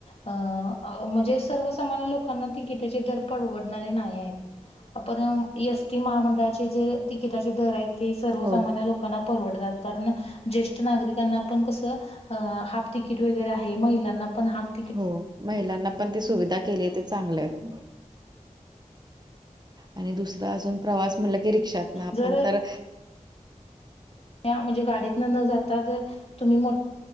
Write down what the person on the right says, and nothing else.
हो,
हो महिलांना पण ती सुविधा केली आहे ते चांगलं आहे. आणि दुसरं अजून प्रवास म्हटलं की रिक्षात ना आपण
तर